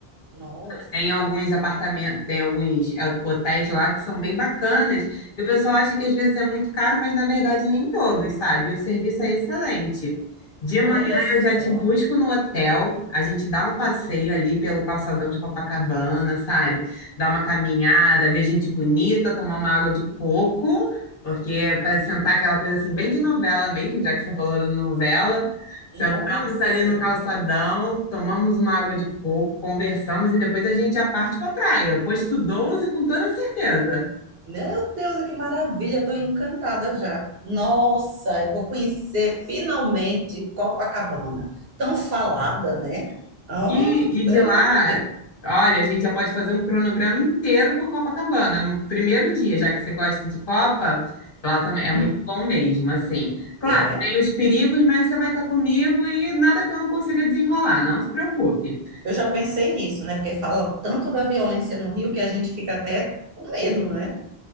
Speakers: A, on the right; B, on the left.
A: nossa.
B: Tem alguns apartamentos, tem alguns é, hotéis lá que são bem bacanas, e o pessoal acha que às vezes é muito caro, mas na verdade nem todos, sabe? E o serviço é excelente. De
A: Olha
B: manhã
A: só.
B: eu já te busco no hotel, a gente dá um passeio ali pelo calçadão de Copacabana, sabe? Dá uma caminhada, ver gente bonita, tomar uma água de coco, porque para sentar aquela coisa assim, bem de novela mesmo, já que você falou de novela.
A: Nossa.
B: Ficamos ali no calçadão, tomamos uma água de coco, conversamos e depois a gente já parte para a praia. Posto doze com toda certeza.
A: Meu Deus, que maravilha. Estou encantada já. Nossa, eu vou conhecer finalmente Copacabana. Tão falada, né? Oh,
B: E, e de
A: pelo
B: lá,
A: amor de Deus.
B: olha, a gente já pode fazer um cronograma inteiro por Copacabana no primeiro dia, já que você gosta de Copa, lá também é muito
A: Hum,
B: bom mesmo, assim. Claro,
A: é.
B: tem os perigos, mas você vai estar comigo e nada que eu não consiga desenrolar, não se preocupe.
A: Eu já pensei nisso, né? Porque fala tanto da violência no Rio que a gente fica até com medo, né?